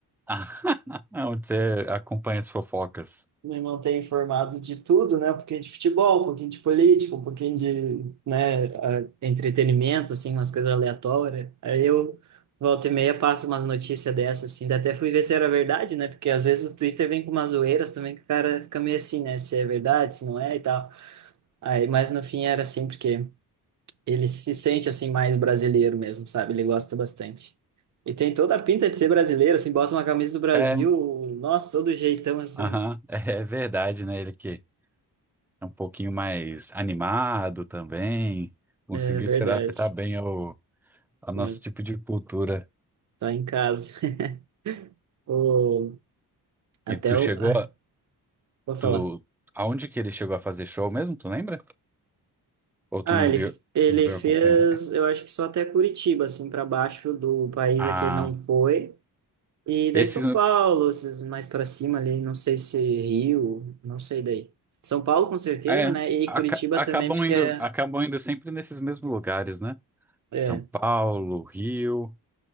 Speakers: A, in the centre; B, on the right.
A: <laughs> onde você acompanha as fofocas.
B: me manter informado de tudo, né? Um pouquinho de futebol, um pouquinho de política, um pouquinho de, né, a- entretenimento, assim, umas coisas aleatórias. Aí eu volta e meia passo umas notícias dessas, assim. Daí Até fui ver se era verdade, né? Porque às vezes o Twitter vem com umas zoeiras também que o cara fica meio assim, né? Se é verdade, se não é e tal. Aí, mas no fim era assim, porque ele se sente, assim, mais brasileiro mesmo, sabe? Ele gosta bastante. E tem toda a pinta de ser brasileiro, assim, bota uma camisa do Brasil,
A: É,
B: nossa, todo jeitão, assim.
A: aham, é verdade, né? Ele que É um pouquinho mais animado também. Conseguiu
B: É verdade.
A: se adaptar bem ao, ao nosso
B: né?
A: tipo de cultura.
B: Tá em casa. <laughs> O, até
A: E tu
B: o.
A: chegou
B: Ah,
A: a,
B: vou falar.
A: tu, aonde que ele chegou a fazer show mesmo, tu lembra? Ou tu
B: Ah,
A: não
B: ele,
A: viu,
B: ele
A: não veio
B: fez,
A: acompanhar?
B: eu acho que só até Curitiba, assim, para baixo do país
A: Ah,
B: a que ele não foi. E daí
A: esses
B: São Paulo, esses mais para cima ali, não sei se Rio, não sei daí. São Paulo com certeza,
A: é,
B: né? E
A: aca-
B: Curitiba
A: acabam
B: também, porque
A: indo,
B: é.
A: acabam indo sempre nesses mesmos lugares, né?
B: É,
A: São Paulo, Rio,